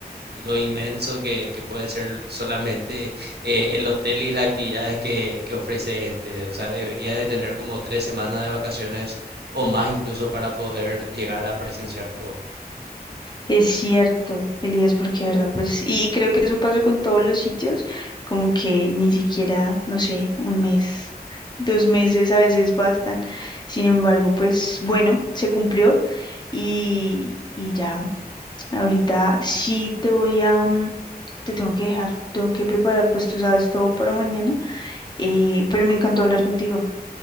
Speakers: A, on the right; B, on the left.
A: lo inmenso que, que puede ser solamente eh, el hotel y las actividades que, que ofrece este, o sea, deberías de tener como tres semanas de vacaciones o más incluso para poder llegar a presenciar todo.
B: Es cierto, Elías, porque verdad, pues, y creo que eso pasa con todos los sitios, como que ni siquiera, no sé, un mes, dos meses a veces bastan. Sin embargo, pues, bueno, se cumplió y, y ya, ahorita sí te voy a, mm, te tengo que dejar, tengo que preparar, pues tú sabes todo para mañana, eh, pero me encantó hablar contigo.